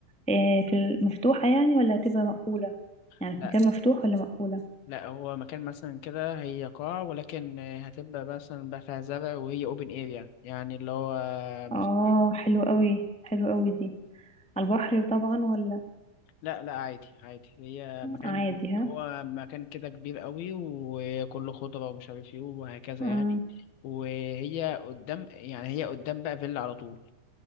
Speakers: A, in the centre; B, on the left.
A: إيه في المفتوحه يعني ولا هتبقى مقفوله يعني
B: لا
A: في مكان مفتوح ولا مقفوله
B: لا هو مكان مثلا كده هي قاعة ولكن هتبقى مثلا بقى فيها زرع وهي اوبن اير يعني يعني اللي هو مفتوح
A: اه حلو قوي حلو قوي دي على البحر طبعا ولا
B: لا لا عادي عادي هي مكان
A: عادي ها
B: هو مكان كده كبير قوي وكله خضرة ومش عارف ايه وهكذا
A: مم.
B: يعني وهي قدام يعني هي قدام بقى فيلا على طول